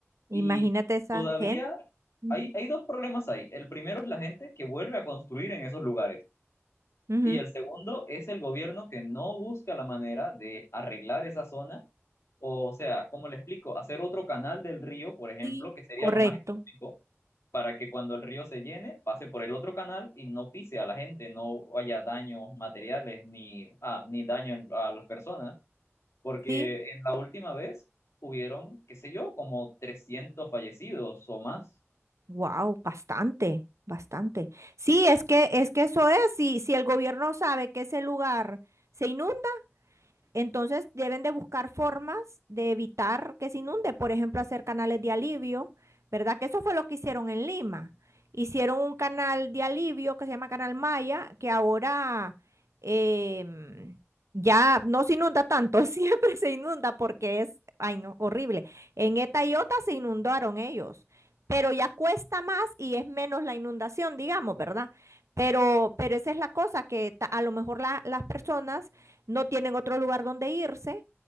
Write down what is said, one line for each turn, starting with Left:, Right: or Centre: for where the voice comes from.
Right: imagínate
Left: Y
Right: esa
Left: todavía
Right: gente. Ujú.
Left: hay, hay dos problemas ahí. El primero es la gente que vuelve a construir en esos lugares.
Right: Ujú,
Left: Y el segundo es el gobierno que no busca la manera de arreglar esa zona. O sea, cómo le explico, hacer otro canal del río, por ejemplo,
Right: Sí,
Left: que sería
Right: Correcto.
Left: lo más económico, para que cuando el río se llene, pase por el otro canal y no pise a la gente, no haya daños materiales ni, ah, ni daño en- a las personas. Porque
Right: Sí.
Left: en la última vez hubieron, qué sé yo, como 300 fallecidos o más.
Right: Wow, bastante, bastante. Sí, es que es que eso es, si si el gobierno sabe que ese lugar se inunda, Entonces deben de buscar formas de evitar que se inunde, por ejemplo, hacer canales de alivio, ¿verdad? Que eso fue lo que hicieron en Lima. Hicieron un canal de alivio que se llama Canal Maya, que ahora em, ya no se inunda tanto, <laughs> siempre se inunda porque es, ay no, horrible. En Eta y Ota se inundaron ellos, pero ya cuesta más y es menos la inundación, digamos, ¿verdad? Pero, pero esa es la cosa, que ta- a lo mejor la- las personas no tienen otro lugar donde irse